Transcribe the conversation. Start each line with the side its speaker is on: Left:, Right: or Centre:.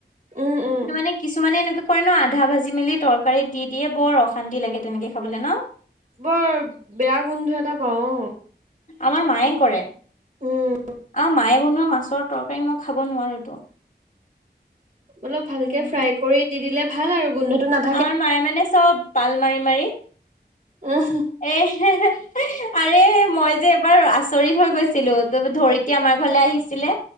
Right: উম উম
Left: কিন্তু মানে কিছুমানে এনেকুৱা মানে আধা ভাজি মেলি তৰকাৰীত দি দিয়ে বৰ অশান্তি লাগে তেনেকে খাবলৈ ন
Right: বৰ বেয়া গোন্ধ এটা পাওঁ অ
Left: আমাৰ মায়ে কৰে আও
Right: উম
Left: মায়ে বনোৱা মাছৰ তৰ কাৰি মই খাব নোৱাৰো টো
Right: অলপ ভালকে
Left: উম
Right: ফ্ৰাই কৰি দি দিলে ভাল আৰু গোন্ধটো নাথ
Left: আমাৰ মায়ে মানে চব পাল মাৰি মাৰি
Right: উহু।
Left: এ হেহে, আৰে মই যে এবাৰ আচৰিত হৈ গৈছ ছিলো। ত-তুমি ধৰিত্ৰী আমাৰ ঘৰলৈ আহিছিলে,